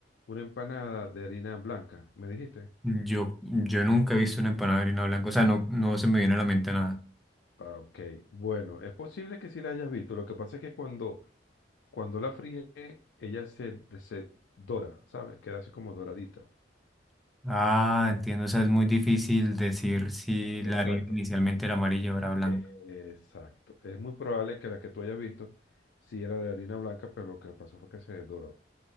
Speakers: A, on the left; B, in the centre.
A: una empanada de harina blanca, ¿me dijiste?
B: Yo, yo nunca he visto una empanada de harina blanca, o sea, no, no se me viene a la mente nada.
A: Ah, Ok, bueno, es posible que sí la hayas visto. Lo que pasa es que cuando, cuando la fríe, ella se, se dora, ¿sabes? Queda así como doradita.
B: Ah, entiendo, o sea, es muy difícil decir si la
A: Exacto,
B: harina inicialmente era amarilla o era blanca.
A: e- exacto. Es muy probable que la que tú hayas visto sí era de harina blanca, pero lo que pasó fue que se doró.